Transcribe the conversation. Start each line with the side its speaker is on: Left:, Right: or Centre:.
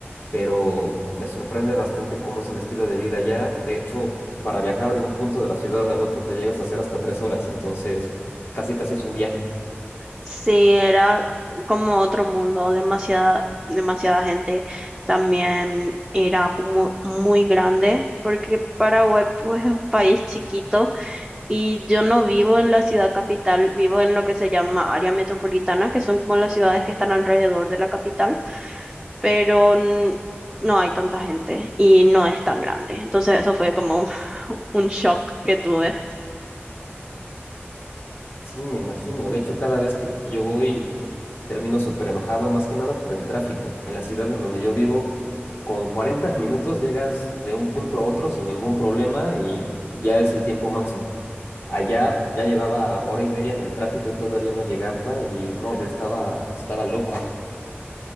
Left: pero me sorprende bastante cómo es el estilo de vida allá. De hecho, para viajar de un punto de la ciudad al otro te llegas a hacer hasta tres horas, entonces casi casi es un viaje.
Centre: Sí, era como otro mundo, demasiada, demasiada gente. También era como muy grande, porque Paraguay pues, es un país chiquito y yo no vivo en la ciudad capital, vivo en lo que se llama área metropolitana, que son como las ciudades que están alrededor de la capital, pero n- no hay tanta gente y no es tan grande. Entonces eso fue como <laughs> un un shock que tuve.
Left: Sí, me imagino. De hecho, cada vez que yo voy termino súper enojado, más que nada por el tráfico. En la ciudad en donde yo vivo, con 40 minutos llegas de un punto a otro sin ningún problema y ya es el tiempo máximo. Allá ya llevaba hora y media en el tráfico y todavía no llegaba y no, yo estaba, estaba loco.